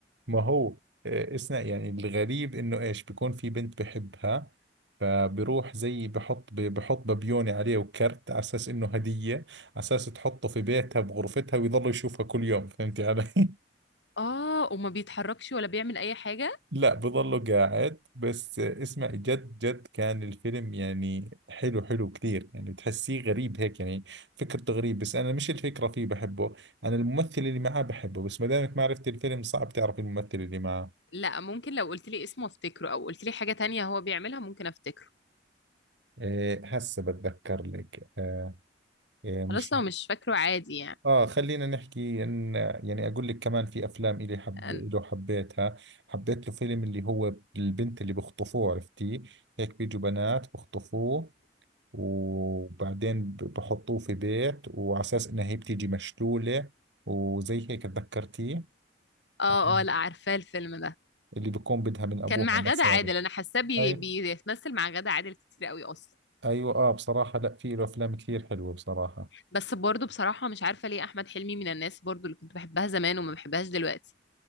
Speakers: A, on the right (about 70°); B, on the left (about 70°).
A: ما هو آه، اسمع يعني الغريب انه ايش بكون في بنت بحبها فبروح زي بحط ب- بحط ببيوني عليه وكرت على اساس انه هدية على اساس تحطه في بيتها بغرفتها ويضل يشوفها كل يوم فهمتي علي <laughs>
B: اه وما بيتحركش ولا بيعمل اي حاجة
A: لا بظله قاعد بس اسمع جد جد كان الفيلم يعني حلو حلو كثير يعني بتحسيه غريب هيك يعني فكرته غريب بس انا مش الفكرة فيه بحبه انا الممثل اللي معاه بحبه بس ما دامك ما عرفت الفيلم صعب تعرف الممثل اللي معاه
B: لا ممكن لو قلت لي اسمه افتكره او قلت لي حاجة تانية هو بيعملها ممكن افتكره
A: إيه هسه بتذكر لك إيه إيه مش
B: خلاص لو مش فاكره عادي يعني
A: اه خلينا نحكي ان يعني اقول لك كمان في افلام الي حب
B: أنا-
A: له حبيتها حبيت له فيلم اللي هو البنت اللي بخطفوه عرفتي هيك بيجوا بنات بخطفوه وبعدين ب- بحطوه في بيت وعلى اساس انها هي بتيجي مشلولة وزي هيك تذكرتيه
B: اه
A: عشان
B: اه لا عارفاه الفيلم ده
A: اللي بكون بدها من ابوها
B: كان مع
A: مصاري
B: غادة عادل انا حاساه بي...
A: اي
B: بيتمثل مع غادة عادل كتير قوي اصلا
A: ايوه اه بصراحة لا في له افلام كثير حلوة بصراحة
B: بس برضه بصراحة مش عارفة ليه احمد حلمي من الناس برضه اللي كنت بحبها زمان وما بحبهاش دلوقتي